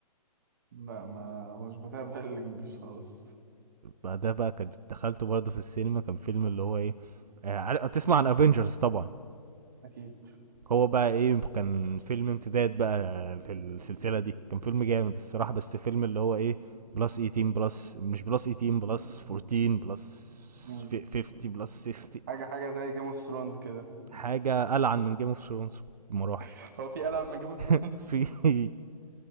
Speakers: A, on the right; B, on the right.
A: ما ما مش بتابع الانجليش خالص
B: بعدها بقى كان دخلته برضه في السينما كان فيلم اللي هو ايه آه، عارف- تسمع عن افنجرز طبعا
A: اكيد
B: هو بقى ايه كان فيلم امتداد بقى للسلسله دي كان فيلم جامد الصراحه بس فيلم اللي هو ايه بلس 18 بلس مش بلس 18 بلس 14 بلس
A: مم.
B: 50 بلس 60
A: حاجه حاجه زي جيم اوف ثرونز كده
B: حاجه العن من جيم اوف ثرونز بمراحل
A: <laughs> هو في العاب من جيم اوف
B: <laughs>
A: ثرونز
B: في